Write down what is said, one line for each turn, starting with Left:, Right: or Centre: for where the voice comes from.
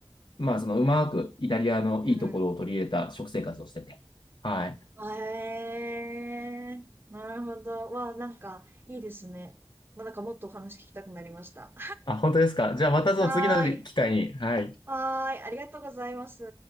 Left: まあそのうまくイタリアのいいところを取り入れた食生活をしてて。
Right: うん。
Left: はい。
Right: あえー、なるほど。わあ、なんか、いいですね。まあ、なんかもっとお話聞きたくなりました。
Left: あ、本当ですか。じゃあまたその次の機会に、
Right: <laughs> はーい。
Left: はい。
Right: はーい。ありがとうございます。